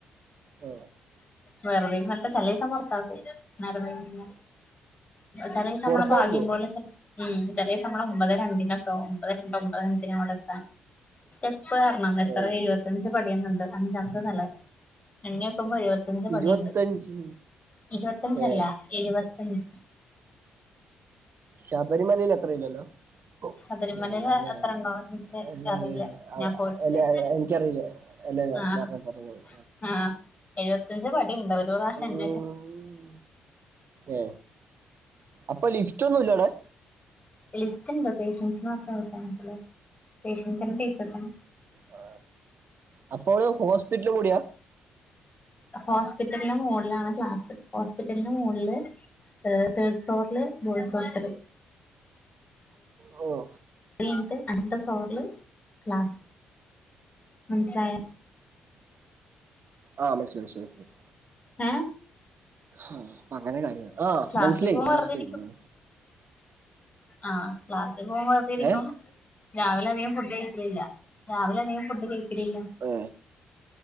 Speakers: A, on the right; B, on the left.
A: ആ.
B: വെറുതെങ്ങട്ട് ചെലദിവസം പുറത്താക്കും നേരം വൈകി ചിലസം
A: പുറത്താക്കുവോ
B: നമ്മള ഭാഗ്യം പോലെ ചെ ഉ ചേലേസം നമ്മൾ ഒമ്പതെ രണ്ടിനൊക്കെ ഒമ്പതെ രണ്ട് ഒമ്പത് അഞ്ചിനന് അവിടെ എത്താൻ സ്റ്റെപ് പ്പ് കേറണം എത്ര
A: ഏ
B: എഴുപത്തഞ്ച് പടിയുന്നുണ്ട് അഞ്ചാമത്തെ നലെ എണ്ണിനോക്കി മൊത്തം എഴുപത്തഞ്ച് പടി
A: ഇരുപത്തഞ്ച്
B: ഉണ്ട് ഇരുപത്തഞ്ചല്ല
A: ഏ
B: എഴുപത്തഞ്ച്
A: ശബരിമലയിൽ എത്ര ഇല്ലല്ലോ ഓ
B: ശബരിമലയിൽ
A: ഇല്ലഇല്ല അങ്ങനെയല്ല
B: എത്ര ഉണ്ടോ എനിക്ക്
A: എ <unintelligible>
B: അറിയില്ല ഞാൻ പോയിട്ടില്ല
A: അതെ <unintelligible> എനിക്കറിയില്ലേ അല്ലേല്ല
B: ആഹ്
A: പറഞ്ഞ പറഞ്ഞ -
B: ആഹ് എഴുപത്തഞ്ച് പടി ഉണ്ട് ഒരു പ്രാവശം എണ്ണി
A: ഉം.
B: -
A: ഏ അപ്പൊ ലിഫ്റ്റ് ഒന്നുംല്ലടെ
B: ലിഫറ്റ് ഉണ്ട് പേഷ്യൻസിന് മാത്രേ <unintelligible> പേഷ്യൻസി നും ടീച്ചേഴ്സിനും
A: ആ അപ്പോ ലെ ഹോസ്പിറ്റല് കൂടിയാ
B: ഹോസ്പിറ്റലിന്റെ മുകളുകളിലാണ് ക്ലാസ് ഹോസ്പിറ്റലിന്റെ മുകളില് ഹെ തേർഡ് ഫ്ലോറിൽ ബോയ്സ് ഹോസ്റ്റാൽ
A: ആണോ
B: <unintelligible> അടുത്ത ഫ്ലോർല് ക്ലാസ് മനസിലായ
A: അ മസ്മസ് മസ് മ
B: ഏ
A: അ അങ്ങനെ കാര്യ ആ
B: ക്ലാസ്സിൽ
A: മനസ്സിലായി
B: പോവാൻ
A: മനസ്സിലായി
B: വെറുതെ
A: മ്
B: ആ ക്ലാസ്സിൽ പോകുമ്പർതിരിക്കും
A: ഏ
B: രാവിലെ അധികം ഫുഡ് കഴിക്കലില്ല രാവിലെ അധികം ഫുഡ് കഴിക്കലില്ല
A: ഏ